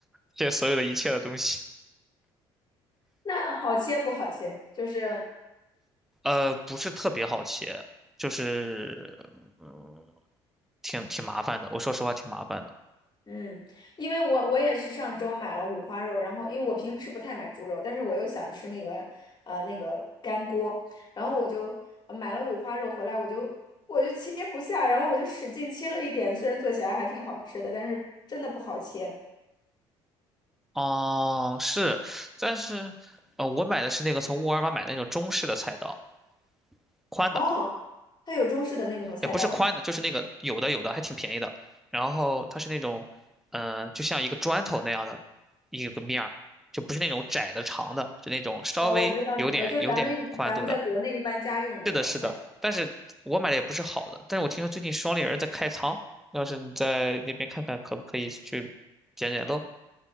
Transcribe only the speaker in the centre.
这所有的一切的东西，
呃，不是特别好切，就是。嗯。挺挺麻烦的，我说实话挺麻烦的。
哦，是，但是，呃，我买的是那个从沃尔玛买的那种中式的菜刀，宽的，
也不是宽的，就是那个有的有的还挺便宜的。然后它是那种，嗯、就像一个砖头那样的一个面儿，就不是那种窄的长的，是那种稍微有点有点宽度的。
是的，是的，但是我买的也不是好的。但是我听说最近双立人在开仓，要是你在那边看看，可不可以去捡捡漏